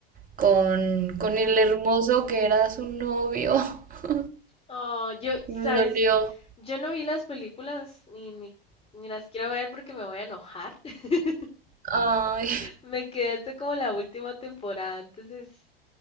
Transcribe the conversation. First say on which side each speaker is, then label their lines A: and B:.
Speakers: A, on the right; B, on the left.
A: con, con
B: ujú.
A: el hermoso que era su novio. <laughs>
B: Oh, yo, sabes,
A: Y me dolió.
B: yo no vi las películas ni, ni, ni las quiero ver porque me voy a enojar. <laughs>
A: Ay,
B: Me quedé hasta como la última temporada, entonces